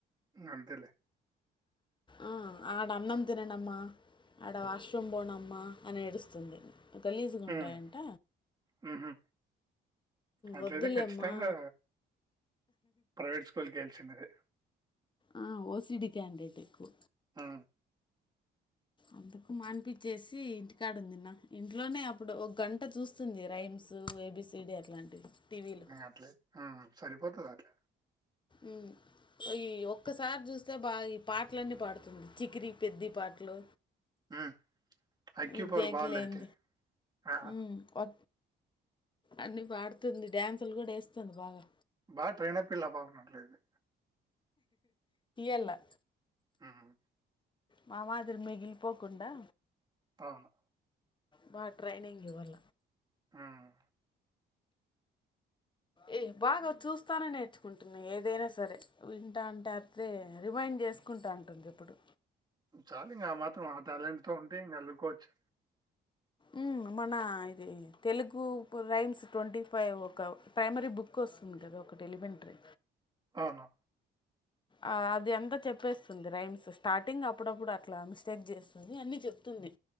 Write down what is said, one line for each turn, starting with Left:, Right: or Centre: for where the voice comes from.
Right: అంతేలే
Left: ఆ ఆడన్నం తిననమ్మా ఆడ వాష్రూమ్ బోనమ్మ అని ఏడుస్తుంది గలీజుగుంటాయంట
Right: హ్మ్. హుహు. అట్లయితే
Left: వద్దులేమ్మా
Right: ఖచ్చితంగా ప్రైవేట్ స్కూల్‌కెళ్ళాల్సిందే.
Left: ఆ ఓసిడి క్యాండేట్ ఎక్కువ
Right: ఆ
Left: అందుకు మానిపిచ్చేసి ఇంటికాడుందన్న ఇంట్లోనే అప్పుడు ఒగంట చూస్తుంది రైమ్స్ రైమ్స్ ఏబిసిడి అట్లాంటివి టీవీలో
Right: అట్లే సరిపోతదాట్ల
Left: ఉమ్ ఈ ఒక్కసారి చూస్తే బాగా ఈ పాటలన్నీ పాడుతుంది చికిరి పెద్ది పాటలు
Right: హ్మ్. ఐక్యూ
Left: ఈ
Right: పవర్
Left: దేక్లెన్
Right: బావుందయితే. ఆహా!
Left: ఉమ్ కో అన్ని పాడుతుంది డ్యాన్సులు కూడా వేస్తుంది బాగా
Right: బా ట్రైయిన పిల్లా పాపం అట్లయితే
Left: ఎల్లా
Right: హ్మ్
Left: మా మాదిరి మిగిలిపోకుండా
Right: అవును
Left: బా ట్రైనింగు ఇవాళ
Right: హ్మ్.
Left: ఏయ్ బాగా చూస్తానే నేర్చుకుంటున్న ఏదైనా సరే వింటాంటే అత్రె రిమైండ్ చేసు కుంటా అంటుంది ఇప్పుడు
Right: చాలు ఇంగ అమాత్రం ఆ టాలెంట్ తో ఉంటే ఇంగ అల్లుకోవచ్చు
Left: ఉమ్ మన ఇది తెలుగు రైమ్స్ ట్వంటీ ఫైవ్ ఒక ప్రైమరీ బుక్ కొస్తుంది గదా ఒకటి ఎలిమెంట్రి
Right: ఆనా
Left: ఆహ్ అది అంతా చెప్పేస్తుంది రైమ్స్ స్టార్టింగ్ అప్పుడప్పుడు అట్లా మిస్టేక్ చేస్తుంది అన్ని చెప్తుంది